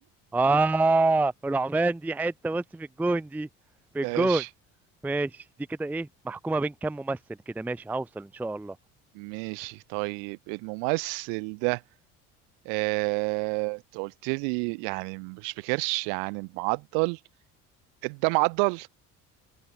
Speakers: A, in the centre; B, on the right.
A: آه العمان دي حتة بص في الجون دي في
B: ماشي
A: الجون ماشي دي كده ايه محكومة بين كام ممثل كده ماشي هوصل ان شاء الله
B: ماشي طيب الممثل ده آه، انت قلت لي يعني مش بكرش يعني معضل ده معضل